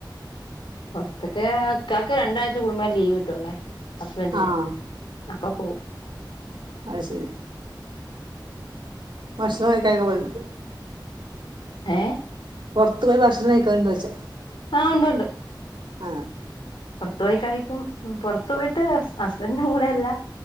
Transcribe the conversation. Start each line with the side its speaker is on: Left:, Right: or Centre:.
Left: പൊറത്തൊക്കെ ഇക്കാക്ക് രണ്ടാഴ്ച കൂടുമ്പോഴേ ലീവ് കിട്ടുവുള്ളേ ഹസ്ബൻഡിന്
Right: ആഹ്
Left: അപ്പൊ പോ
Right: അത് ശരി ഭഷണം കഴിക്കാനൊക്കെ പോലണ്ട്
Left: ഏ
Right: പുറത്തു പോയി ഭക്ഷണം കഴിക്കാന്ന് ചോദിച്ച
Left: ആ ഉണ്ട് ഉണ്ട്
Right: ആ
Left: പുറത്തു പോയി കഴിക്കും പൊറത്തു പോയിട്ട് ഹുസ്ബൻഡിന്റെ കൂടെയല്ല